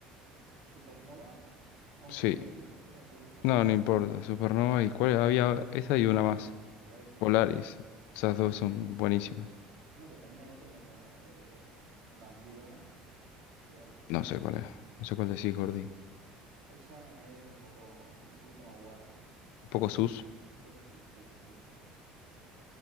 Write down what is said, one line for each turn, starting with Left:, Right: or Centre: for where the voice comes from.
Right: Supernova, aunque
Left: Sí.
Right: sea muy típica, ¿también te gusta o
Left: No,
Right: no?
Left: no importa. Supernova y cuál había. Esa y
Right: Polaris,
Left: una más.
Right: Polaris también
Left: Polaris.
Right: es súper.
Left: Esas dos son buenísimas.
Right: No, pero también hay otro como eh, Bandidona, que bueno,
Left: No sé cuál es. No sé cuál decís, Gordy.
Right: esa es un poco, un poquito más guarra.
Left: Un poco sus.
Right: Un poco sus, sí, sí, sí, un poco sus.